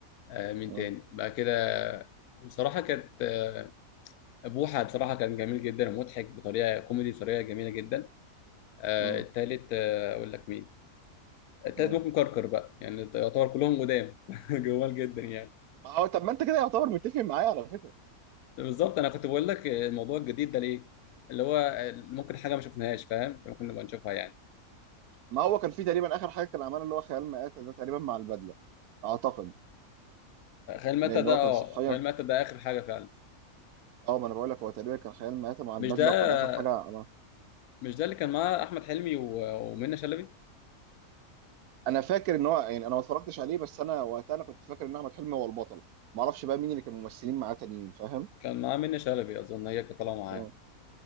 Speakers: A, on the left; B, on the right.
A: آه، مين
B: مم.
A: تاني بعد كده بصراحه كانت آه، بوحه بصراحه كان جميل جدا ومضحك بطريقه كوميدي بطريقه جميله جدا آه،
B: مم.
A: التالت آه، اقول لك مين التالت
B: مم.
A: ممكن كركر بقى يعني يعتبر كلهم قدام <laughs> جمال جدا يعني
B: ما هو طب ما انت كده يعتبر متفق معايا على فكره
A: بالظبط انا كنت بقول لك الموضوع الجديد ده ليه اللي هو ممكن حاجه ما شفناهاش فاهم ممكن نبقى نشوفها يعني
B: ما هو كان في تقريبا اخر حاجه كان عملها اللي هو خيال مآتة ده تقريبا مع البدله اعتقد
A: خيال مات
B: لان
A: ده
B: هو كان
A: اه
B: صحيا
A: خيال مات ده اخر حاجه فعلا
B: اه ما انا بقول لك هو تقريبا كان خيال مآتة مع البدله
A: مش ده
B: وكان اخر حاجه انا
A: مش ده اللي كان معاه احمد حلمي و- ومنى شلبي
B: انا فاكر ان هو يعني انا ما اتفرجتش عليه بس انا وقتها انا كنت فاكر ان احمد حلمي هو البطل ما اعرفش بقى مين اللي كان ممثلين معاه تانيين فاهم
A: كان معاه منة شلبي اظن هي كانت طالعه معاه
B: مم.